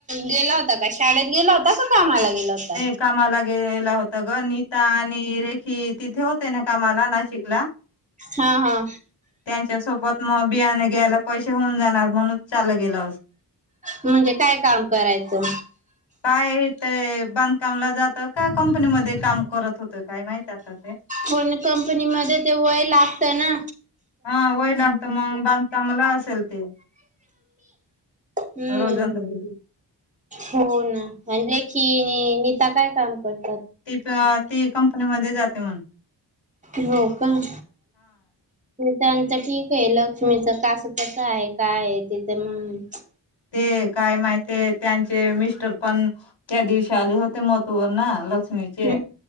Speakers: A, on the right; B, on the left.
A: गेला होता का शाळेत गेला होता का कामाला गेला होता?
B: हे कामाला गेला होता ग नीता आणि रेखित तिथे होते ना कामाला नाशिकला
A: हा हा
B: त्यांच्या सोबत मग बियाणे घ्यायला पैसे होऊन जाणार म्हणून चालत गेलं अस
A: म्हणजे काय काम करायचं
B: काय ते बांधकामला जात तर त्या कंपनीमध्ये काम करत होत काय माहित आता ते
A: पण कंपनी मध्ये ते वय लागत ना
B: हा वय लागतं मग बांधकामला असेल ते
A: हम्म
B: रोजंद <unintelligible>
A: हो ना आणि रेखी नीता काय काम करते
B: ती प ती कंपनीमध्येध्ये जाते म्हूनन
A: हो का म त्यांच ठीक आहे लक्ष्मीच कासव कसं आहे काय आहे तिथं मग
B: ते काय माहिित त्यांचे मिस्टर पण त्या दिवशी आले होते म <unintelligible> लक्ष्मीचे
A: मग